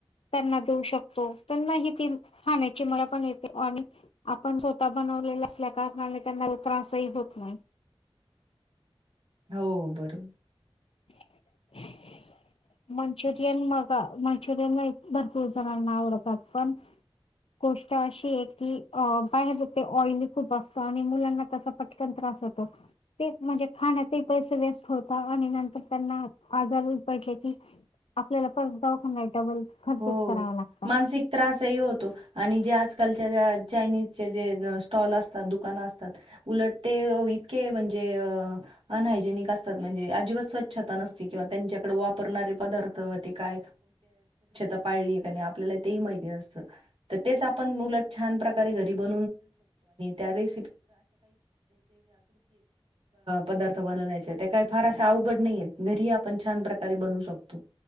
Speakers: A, on the left; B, on the right.
A: त्यांना देऊ शकतो त्यांना ह ती खाण्याची मला पण येते आणि आपण स्वतः बन त्यां त्र होत नाही
B: हो बरोर
A: <inaudible> मंचुरियन मग मंचुरियन म भरपूर जणांना आवडतात पण गोष्ट अशी आहे की बाहेरे ऑइल खूप असत आणि मुलांना त्या पटकनंत म्हणजे ख पै वेस्ट हो आणि तर त्यांना आजार पटले की आपल्याला परत दखा नाही डबल खर्चच
B: हो
A: करावा लागतो.
B: मानसिक त्रासही होतो आणि जे आजकाल चानी जे स्टॉल असतात दुकान असतात उलट ते इतके म्हणजे अहायजेनिक असतात म्हणजे अजिबात स्वच्छता नसती किंवा त्यांच्याकडे वापरणारे पदार् काण आपल्या माहि आप छान प्रकारेरी ब काृ पद् ब काही फार अशा अवघड नाहीय घरी आपण छान प्रकारे बनवू शकतो